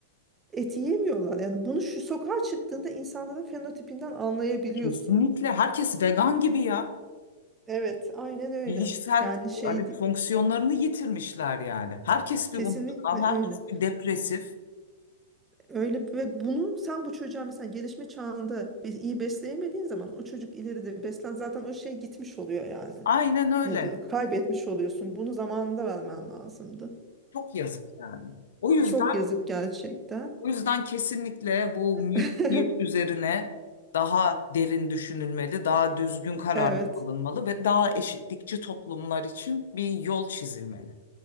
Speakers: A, on the right; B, on the left.
A: eti yemiyorlar. Yani bunu şu sokağa çıktığında insanların fenotipinden anlayabiliyorsun.
B: Kesinlikle. Herkes vegan gibi ya.
A: Evet, aynen öyle.
B: Bilişsel
A: Yani şey
B: hani fonksiyonlarını yitirmişler yani. Herkes bir
A: kesinlikle
B: unutkan, herkes
A: öyle.
B: bir depresif.
A: Öyle ve bunu sen bu çocuğa mesela gelişme çağında bir iyi besleyemediğin zaman o çocuk ileride beslen zaten o şey gitmiş oluyor yani.
B: Aynen öyle.
A: Nedir o? Kaybetmiş oluyorsun. Bunu zamanında vermen lazımdı.
B: Çok yazık yani. O yüzden
A: Çok yazık gerçekten.
B: O yüzden kesinlikle bu
A: <laughs>
B: mülkiyet üzerine daha derin düşünülmeli, daha düzgün kararlar
A: Evet.
B: alınmalı ve daha eşitlikçi toplumlar için bir yol çizilmeli.